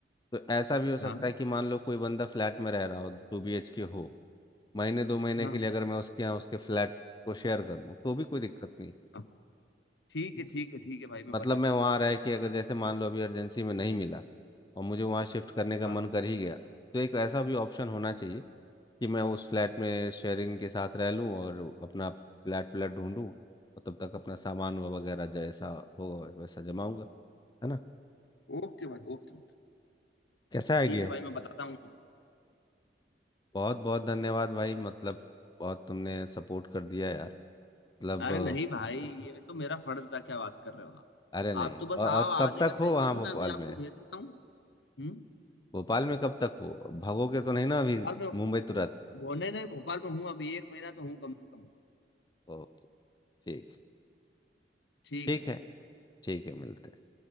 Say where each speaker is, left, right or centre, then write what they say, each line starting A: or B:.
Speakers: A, on the left; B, on the left.
A: तो ऐसा भी हो सकता
B: हाँ
A: है कि मान लो कोई बंदा फ्लैट में रह रहा हो टू बी एच के हो महीने दो महीने
B: हाँ
A: के लिए अगर मैं उसके यहाँ उसके फ्लैट को शेयर कर लूँ तो भी कोई दिक्कत नहीं
B: हाँ ठीक
A: ठीक
B: है
A: है
B: ठीक है ठीक है भाई मैं
A: मतलब
B: बताता
A: मैं वहाँ
B: हूँ आपको
A: रह के अगर जैसे मान लो अभी अर्जेंसी में नहीं मिला और मुझे वहाँ शिफ्ट करने का
B: हाँ
A: मन कर ही गया तो एक ऐसा भी ऑप्शन होना चाहिए कि मैं उस फ्लैट में शेयरिंग के साथ रह लूँ और अपना फ्लैट व्लैट ढूंढूँ और तब तक अपना सामान वगैरह जैसा हो वैसा जमाऊंगा है ना
B: ओके भाई ओके ओके
A: कैसा आइडिया
B: ठीक है
A: है
B: भाई मैं बताता हूँ आपको।
A: बहुत बहुत धन्यवाद भाई मतलब बहुत तुमने सपोर्ट कर दिया यार मतलब
B: अरे नहीं भाई ये
A: <laughs> अ,
B: मैं तो मेरा फर्ज था क्या बात कर रहे हो आप
A: अरे नहीं
B: आप तो बस
A: और, और
B: आओ आने
A: कब तक
B: का तय
A: हो वहाँ
B: करो
A: भोपाल
B: मैं अभी आपको
A: में
B: भेज देता हूँ हम्म
A: भोपाल में कब तक हो भागोगे तो नहीं ना अभी
B: भोपाल में
A: मुंबई तुरंत
B: होने नहीं भोपाल में हूँ अभी एक महीना तो हूँ कम से कम
A: ओके ठीक
B: ठीक
A: ठीक
B: है भाई
A: है ठीक है मिलते हैं